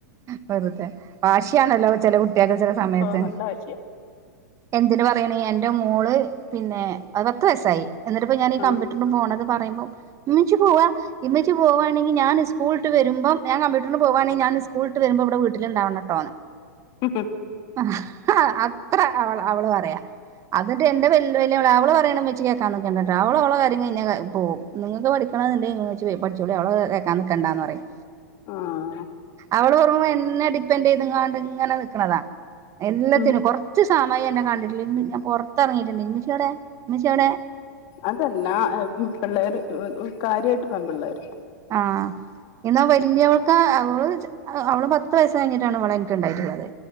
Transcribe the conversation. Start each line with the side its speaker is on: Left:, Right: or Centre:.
Right: വെറുതെ വാശിയണല്ലോ ചെല കുട്ട്യാൾക്ക് ചെലെസമയത്ത്
Left: ഓ നല്ല വാശിയാ
Right: എന്തിന് പറയണ് എന്റെ മോള് പിന്നെ പത്ത് വയസായി എന്നിട്ട്പ്പൊ ഞാൻ ഈ
Left: ആ
Right: കമ്പ്യൂട്ടറിന് പോണത്പറയുബോ ഇമ്മച്ചി പോവാ ഇമ്മച്ചി പോ- പോവാണെങ്കി ഞാൻ സ്കൂള്ട്ട് വരുമ്പം ഞാൻ കമ്പ്യൂട്ടറിന് പോവാണി ഞാൻ സ്ക്കൂൾട്ട് വരുബോ ഇവിടെ വീട്ടിലുണ്ടാവണട്ടോ <inaudible>
Left: ഹും ഹും
Right: ആഹ് അത്ര അവ അവള് പറയാ അത്ട്ട് എന്റെ വല്ല് അല്ല അവള് പറയണ ഇമ്മച്ചി കേൾക്കാനിക്കണ്ടട്ടൊ ഓള് ഓളെ കാര്യം കഴിഞ്ഞാ ക പോവും നിങ്ങൾക്ക് പഠിക്കണംന്നിണ്ടങ്കി ഇമ്മച്ചി പഠിച്ചൊ - ചോളി അവള് കേക്കാ നിക്കണ്ടാന്ന് പറയും
Left: ആഹ്
Right: അവള് വെറും എന്നെ ഡിപ്പെന്റെയ്ത്ങ്ങാണ്ട് ഇങ്ങനെ നിക്ക്ണതാ എല്ലത്തിനും
Left: ഉം
Right: കൊർ കൊറച്ച് സമയന്നെ കണ്ടിട്ടില്ലെ ഞാൻ പുറത്തിറങ്ങിട്ട്ണ്ടങ്കി ഉമ്മച്ചിവിടെ ഇമ്മച്ചിവിടെ
Left: അതല്ല പിള്ളേര് കാര്യായിട്ട് പെൺ പിള്ളേര്
Right: ആഹ്. എന്നാ വലിയോൾക്ക് അവള് അവള് പത്ത് വയസ്സ് കഴിഞ്ഞിട്ടാണ് ഇവളെ എനിക്ക് ഉണ്ടായിട്ടുള്ളത്.